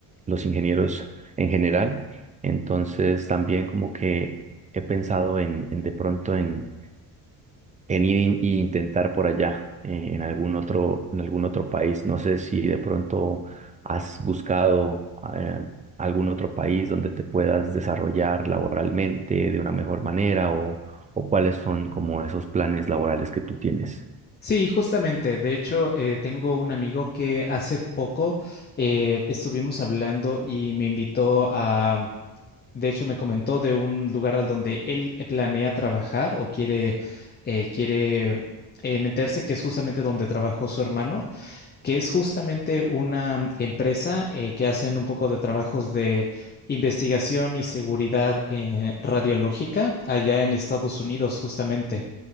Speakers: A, on the right (about 20°); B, on the left (about 25°).
A: los ingenieros en general. Entonces, también como que he pensado en, en de pronto en en ir in- e intentar por allá, eh, en algún otro, en algún otro país. No sé si de pronto has buscado eh, algún otro país donde te puedas desarrollar laboralmente de una mejor manera o, o cuáles son como esos planes laborales que tú tienes.
B: Sí, justamente. De hecho, eh, tengo un amigo que hace poco eh, estuvimos hablando y me invitó a, de hecho, me comentó de un lugar al donde él planea trabajar o quiere, eh, quiere eh, meterse, que es justamente donde trabajó su hermano. que es justamente una empresa eh, que hacen un poco de trabajos de investigación y seguridad eh, radiológica allá en Estados Unidos, justamente.